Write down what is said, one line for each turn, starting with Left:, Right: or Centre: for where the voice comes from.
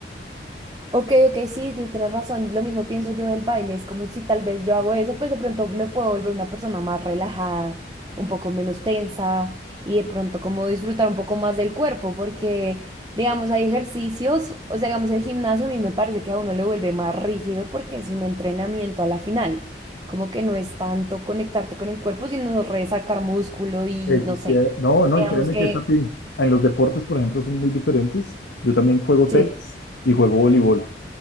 Right: Ok, ok, sí, sí, tienes razón. Lo mismo pienso yo del baile. Es como si tal vez yo hago eso, pues de pronto me puedo volver una persona más relajada, un poco menos tensa y de pronto como disfrutar un poco más del cuerpo, porque digamos hay ejercicios, o sea, digamos el gimnasio a mí me parece que a uno le vuelve más rígido porque es un entrenamiento a la final. Como que no es tanto conectarte con el cuerpo, sino resacar músculo y
Left: Eso
Right: no sé.
Left: sí, eh, no, no,
Right: Digamos
Left: y créeme
Right: que
Left: que es así. En los deportes, por ejemplo, son muy diferentes. Yo también juego
Right: sí,
Left: tenis y juego voleibol.